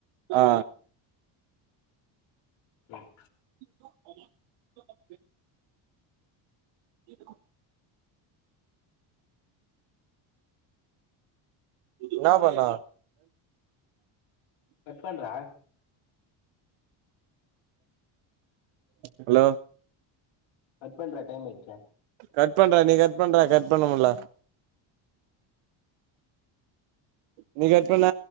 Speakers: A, on the right; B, on the left.
A: ஆ
B: ம்
A: <inaudible> இருக்கு ன்னா பண்ணா
B: கட் பண்றா
A: ஹலோ
B: கட் பண்றா டைம் ஆய்ட்சே
A: கட் பண்றா நீ கட் பண்றா கட் பண்ணமுல்ல நீ கட் பண்ண